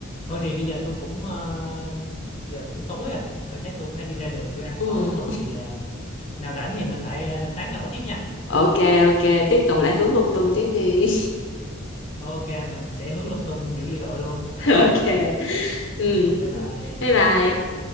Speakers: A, on the left; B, on the left.
A: thôi thì bây giờ tôi cũng ờ, giờ cũng tối rồi Thôi chắc tôi cũng phải đi ra đường tôi ăn
B: ừ.
A: tối thôi thì ờ, nào rảnh thì mình lại ờ, tán gẫu tiếp nha
B: ok ok tiếp tục lại hướng lung tung tiếp đi
A: ok mình sẽ hướng lung tung dữ dội luôn à,
B: <laughs> ok ừ.
A: ừ, bye bye
B: bye bye